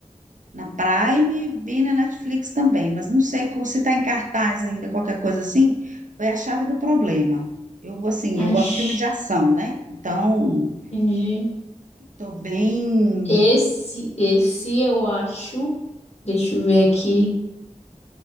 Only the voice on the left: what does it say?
Acho.
Entendi.
Esse, esse eu acho. Deixa eu ver aqui.